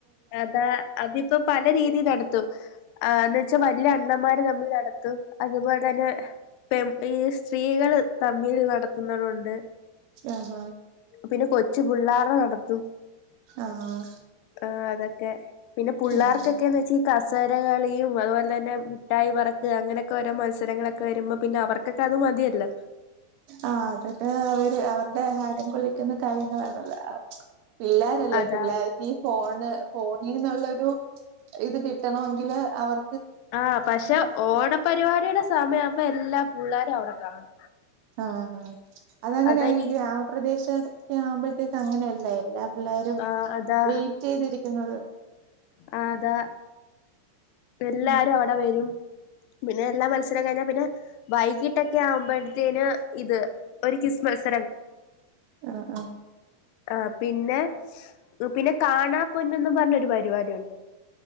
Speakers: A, on the left; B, on the right.
A: അതാ അതിപ്പം പല രീതീ നടത്തും ആന്ന് വെച്ചാ വല്യ അണ്ണമാര് തമ്മില് അടത്തും അതുപോൽ തന്നെ പെം ഈ സ്ത്രീകള് തമ്മില് നടത്തുന്നതൊണ്ട്
B: ആഹാ
A: പിന്നെ കൊച്ചുപിള്ളാരടെ നടത്തും
B: അ ആഹ്
A: ആ അതക്കെ പിന്നെ പുള്ളാർക്കെക്കേന്ന്
B: ഉം
A: വെച്ച് ഈ കസ് സേര കളിയും അതുപോലെ തന്നെ മുഠായി പറക്ക് അങ്ങനെക്കെ ഓരോ മത്സരങ്ങളക്കെ വരുമ്പം പിന്നെ അവർക്കക്കെ അത് വ മതിയല്ല
B: ആഹ് അതൊക്കെ അവര് അവർടെ ഹരം കൊള്ളിക്കുന്ന കാര്യങ്ങളാണല്ല <unintelligible> പിള്ളാരല്ലേ
A: അതാ
B: പിള്ളാർക്കീ ഫോൺ ണ് ഫോണീന്നൊള്ളൊരു ഇത് കിട്ടണോങ്കില് അവർ
A: ആഹ് പക്ഷെ ഓണപരിപാടിയുടെ സമയാമ്പം എല്ലാ പുള്ളാരും അവിട കാണും
B: ആ അ ഹാ അതങ്ങനെയാണെങ്കി
A: അതാ ഈ
B: ഗ്രാമപ്രദേശക്കെ ആവുമ്പഴ്‌ത്തേക്ക് അങ്ങനെയല്ലേ എല്ലാ എല്ലാരും
A: ആഹ് അതാ
B: വെയിറ്റ് ചെയ്തിരിക്കുന്നത്
A: ആഹ് അതാ എല്ലാരും
B: ഉം
A: അവിടെ വെരും പിന്നെ എല്ലാ മത്സരം കഴിഞ്ഞാ പിന്നെ വൈകിട്ടൊക്കെ ആവുമ്പഴ്‌ത്തേന് ഇത് ഒരു ക്വിസ് മത്സ്
B: ആഹ് ആഹ്
A: ആ പിന്നേ പിന്നെ കാണാ പൊന്നെന്നും പറഞ്ഞൊരു പരിപാടിയൊണ്ട്